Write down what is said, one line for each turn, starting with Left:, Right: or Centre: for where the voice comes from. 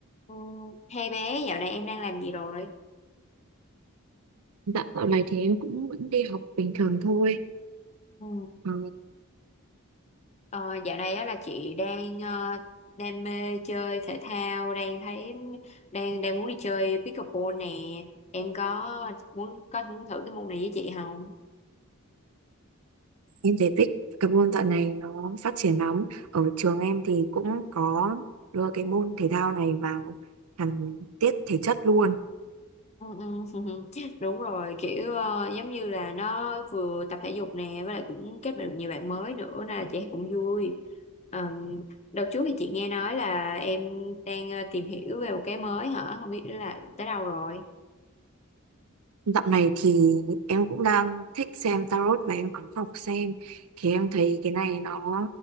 Left: Ừ. Hai bé dạo này em đang làm gì rồi?
Right: Dạ, dạo này thì em cũng vẫn đi học bình thường thôi.
Left: Ừ.
Right: Ờ,
Left: Ờ, dạo này á là chị đang ờ, đam mê chơi thể thao, đang thấy đang đang muốn đi chơi pickleball nè. Em có muốn có muốn thử cái môn này với chị không?
Right: em thấy tích cái môn dạo này nó phát triển lắm. Ở trường em thì cũng có đưa cái môn thể thao này vào hẳn tiết thể chất luôn.
Left: Ừ, ừ. <laughs> Đúng rồi, kiểu ờ, giống như là nó vừa tập thể dục nè, với lại cũng kết bạn được nhiều bạn mới nữa nên là chị cũng vui. Ờm, đợt trước thì chị nghe nói là em đang ờ, tìm hiểu về một cái mới hả? Không biết là tới đâu rồi?
Right: Dạo này thì em cũng đang thích xem tarot và em có học xem. Thì em thấy cái này nó